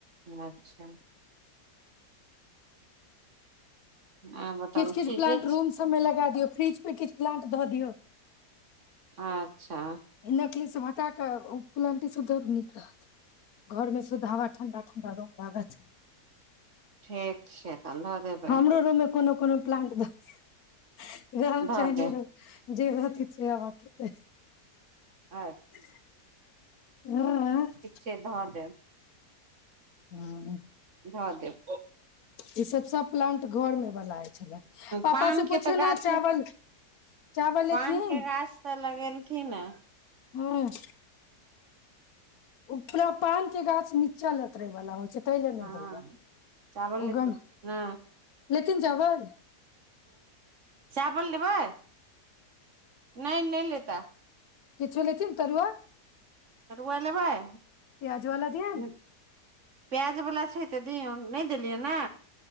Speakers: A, on the right (about 50°); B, on the left (about 65°).
A: अच्छा आ बताउ
B: किछ किछ
A: ठीके
B: प्लाानंट रूम
A: छै
B: सब मे लगा दियो फ्रिज पे किछ प्लाानंट दऽ दियौ
A: अच्छा
B: नकली सब हटा कऽ उ प्लांटे सुधरू निक रहत घरमे सुध हवा ठण्डा ठण्डा रूम लागत
A: ठीक छै तहन धऽ देबै
B: हमरो रूम मे कोनो कोनो प्लांट रहब
A: धऽ
B: चाहे
A: देब
B: नय रहब जे रहते से खैते
A: <unintelligible>
B: <unintelligible>
A: से धर देब
B: हूँ
A: धऽ देब
B: ईसब सब प्लांट घर मे बला छलै पापा
A: पान
B: से
A: के
B: पुछौ
A: तऽ गाछ
B: ने चावल चावल
A: पान
B: एथिन
A: के गाछ तऽ लगेलखिन अ
B: हू <inaudible> ओ पुरा पान के गाछ नीचा लतरे वाला होइ छै तेय लऽ नय
A: हँ
B: होइया
A: चावल
B: ओ
A: लेथिन
B: ग
A: हँ
B: लेकिन जगल
A: चावल लेबै नय नय लेता
B: किछो लेथिन तरुआ
A: तरुआ लेबय
B: प्याज वाला दिअ
A: नय प्याज बला छै तऽ दियौ नय देलियै नै